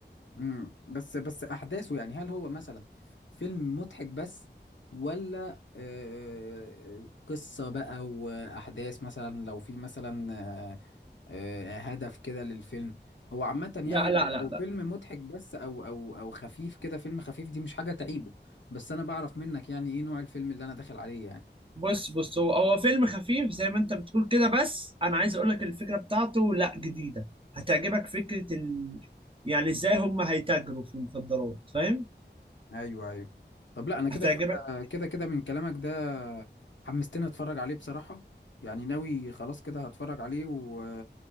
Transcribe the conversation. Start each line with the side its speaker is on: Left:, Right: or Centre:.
Left: امم بس بس احداثه يعني هل هو مثلا فيلم مضحك بس ولا آه، قصة بقى واحداث مثلا لو في مثلا آه، آه، هدف كده للفيلم هو عامة
Right: لا
Left: يعني
Right: لا
Left: لو
Right: لا
Left: لو فيلم
Right: لا
Left: مضحك بس او او او خفيف كده فيلم خفيف دي مش حاجة تعيبه بس انا بعرف منك يعني ايه نوع الفيلم اللي انا داخل عليه يعني
Right: بص بص هو هو فيلم خفيف زي ما انت بتقول كده بس انا عايز اقول لك الفكره بتاعته لا جديده هتعجبك فكره ال... يعني ازاي هم هيتاجروا في المخدرات فاهم
Left: ايوه ايوه طب لا انا كده
Right: هتعجبك
Left: كده كده كده من كلامك ده حمستني اتفرج عليه بصراحة يعني ناوي خلاص كده هتفرج عليه و